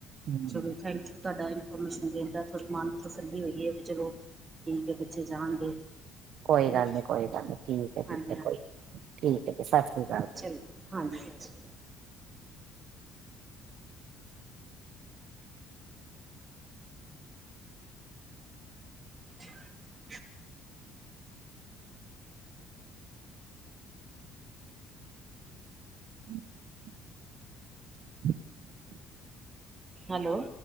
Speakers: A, on the right; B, on the right.
A: ਨੂੰ
B: ਚਲੋ ਥੈਂਕ ਯੂ। ਤੁਆਡਾ ਇਨਫੋਰਮੇਸ਼ਨ ਦੇਣ ਦਾ ਥੋੜ੍ਹੀ ਮਨ ਨੂੰ ਤਸੱਲੀ ਹੋਈਏ ਵੀ ਚਲੋ ਠੀਕ ਏ ਬੱਚੇ ਜਾਣਗੇ।
A: ਕੋਈ
B: ਹਨਾ
A: ਗੱਲ ਨੀ-ਕੋਈ ਗੱਲ ਨੀ, ਠੀਕ ਏ-ਠੀਕ
B: ਹਾਂਜੀ
A: ਏ
B: ਹਾਂਜੀ
A: ਕੋਈ ਨੀ ਠੀਕ ਏ ਸਾਸ ਸ੍ਰੀ ਕਾਲ।
B: ਚਲੋ ਹਾਂਜੀ <unintelligible> <unintelligible>
A: <inaudible> <inaudible>
B: ਹੈਲੋ